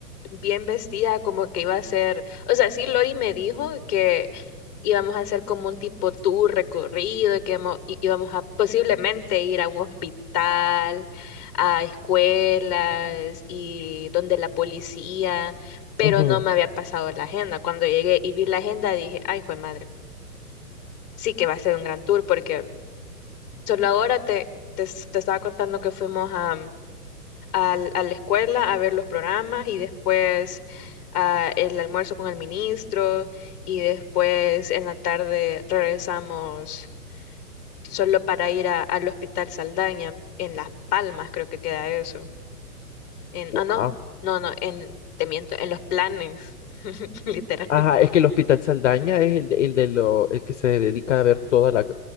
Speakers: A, on the left; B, on the left.
A: bien vestida, como que iba a ser, o sea, sí, Lori me dijo que íbamos a hacer como un tipo tour recorrido, y que íbamos, í- íbamos a posiblemente ir a un hospital, a escuelas y donde la policía, pero
B: Ujú.
A: no me había pasado la agenda. Cuando llegué y vi la agenda dije, ay, jue madre, sí que va a ser un gran tour porque solo ahora te, te, te estaba contando que fuimos a al- a la escuela a ver los programas y después ah, el almuerzo con el ministro y después en la tarde regresamos solo para ir a- al Hospital Saldaña, en Las Palmas creo que queda eso. En,
B: Wow.
A: ah, no, no, no, en, te miento, en los planes, <laughs> literal.
B: Ajá, es que el Hospital Saldaña es el, de- el, de lo, el que se dedica a ver toda la,